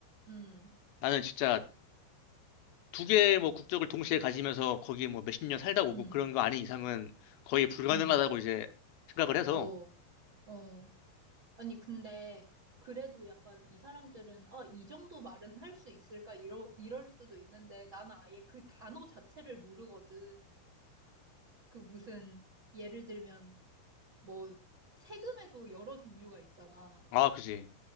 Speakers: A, on the right (about 35°); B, on the left (about 75°).
A: 음,
B: 나는 진짜 두 개의 뭐 국적을 동시에 가지면서 거기 뭐 몇십 년 살다 오고
A: 음,
B: 그런 거 아닌 이상은 거의 불가능하다고
A: 음,
B: 이제 생각을 해서
A: 어, 어. 아니, 근데 그래도 약간 이 사람들은 아, 이 정도 말은 할 수 있을까? 이러, 이럴 수도 있는데 나는 아예 그 단어 자체를 모르거든. 그 무슨 예를 들면 뭐 세금에도 여러 종류가 있잖아.
B: 아 그지